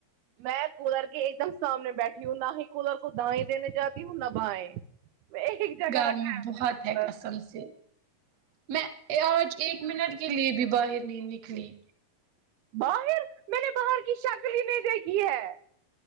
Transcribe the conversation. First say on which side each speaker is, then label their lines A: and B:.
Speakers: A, on the right; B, on the right.
A: میں کولر کے ایک دم سامنے بیٹھی ہوں نہ ہی کولر کو دائیں دینے جاتی ہوں نہ بائیں میں ایک جگہ
B: گرمی
A: رکھا ہے میں
B: بہت
A: نے کولر۔
B: ہے قسم سے میں آج ایک منٹ کے لیے بھی باہر نہیں نکلی
A: باہر میں نے باہر کی شکل ہی نہیں دیکھی ہے